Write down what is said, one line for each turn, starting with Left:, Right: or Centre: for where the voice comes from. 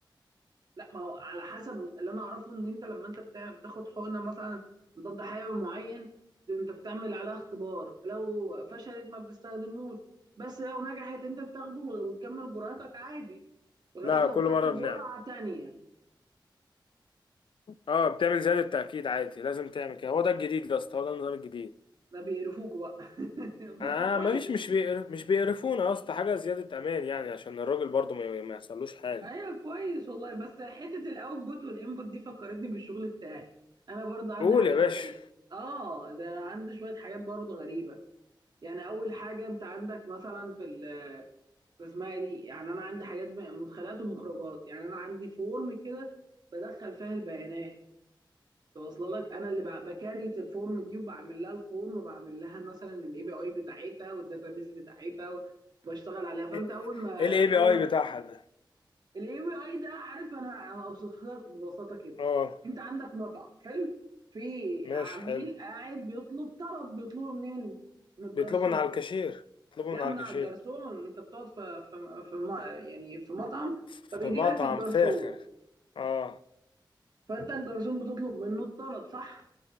Right: لا ما هو على حسب اللي انا اعرفه ان انت لما انت بتاع- بتاخد حقنه مثلا ضد حيوي معين ده انت بتعمل عليها اختبار لو فشلت ما بتستخدموش بس لو نجحت انت بتاخده وتكمل جرعتك عادي لغايه
Left: لا
Right: لو
Left: كل
Right: خدت
Left: مره
Right: جرعه
Left: بنعمل
Right: تانية
Left: اه بتعمل زياده تاكيد عادي لازم تعمل كده هو ده الجديد يا اسطى هو ده النظام الجديد
Right: ده بيقرفوكوا بقى <laughs>
Left: آه
Right: بس كويس
Left: ما فيش مش بيقر... مش بيقرفونا يا اسطى حاجه زياده امان يعني عشان الراجل برضه ما, ما يحصلوش حاجه
Right: ايوه كويس والله بس حته الاوتبوت والانبوت دي فكرتني بالشغل بتاعي انا برضه عندي
Left: قول
Right: حاجات
Left: يا باشا
Right: زي- اه ده انا عندي شويه حاجات برضه غريبه يعني اول حاجه انت عندك مثلا في ال اسمها ايه دي يعني انا عندي حاجات ب- مدخلات ومخرجات يعني انا عندي فورم كده بدخل فيها البيانات توصل لك انا اللي ب- بكريت الفورم دي وبعمل لها الفورم وبعمل لها مثلا الاي بي اي بتاعتها والداتابيز بتاعتها وبشتغل عليها فانت
Left: ايه
Right: اول ما
Left: الاي
Right: اول
Left: بي اي
Right: ما
Left: بتاعها ده
Right: الاي بي اي ده عارف انا اوصف لك ببساطه كده
Left: اه
Right: انت عندك مطعم حلو في
Left: ماشي
Right: عميل
Left: حلو
Right: قاعد بيطلب طلب بيطلبه منين من الجرسون
Left: بيطلبوا من على الكاشير بيطلبوا
Right: لا
Left: من على
Right: من
Left: الكاشير
Right: على الجرسون انت بتقعد في في في م- يعني في مطعم
Left: في
Right: فبيجي
Left: مطعم
Right: لك الجرسون
Left: فاخر اه
Right: فانت الجرسون بتطلب منه الطلب صح